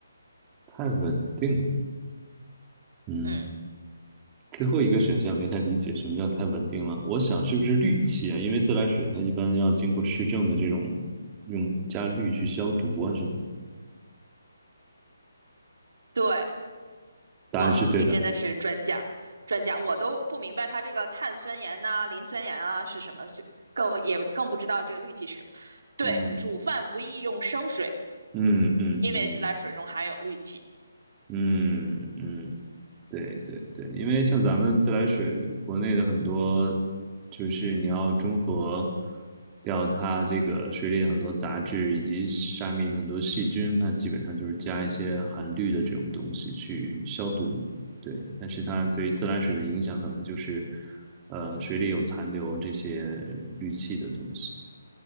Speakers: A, on the right; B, on the right.
A: 太稳定了，嗯，
B: 嗯，
A: 最后一个选项没太理解什么叫太稳定了，我想是不是氯气啊？因为自来水它一般要经过市政的这种用加氯去消毒啊什么的，
B: 对。
A: 答案是对的，
B: 哇，你真的是专家，专家，我都不明白它这个碳酸盐呐、磷酸盐啊是什么，就更也更不知道这个氯气是什么。对，
A: 嗯
B: 煮饭不宜用生水，
A: 嗯嗯嗯
B: 因为自来水中含有氯气。
A: 嗯嗯，对对对，因为像咱们自来水，国内的很多就是你要中和掉它这个水里的很多杂质以及下面很多细菌，它基本上就是加一些含氯的这种东西去消毒。对，但是它对于自来水的影响可能就是，呃，水里有残留这些氯气的东西。